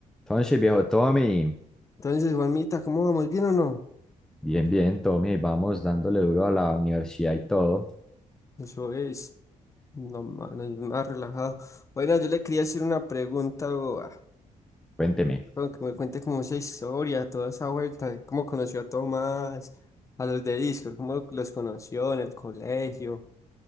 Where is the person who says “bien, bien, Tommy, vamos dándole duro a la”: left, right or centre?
Centre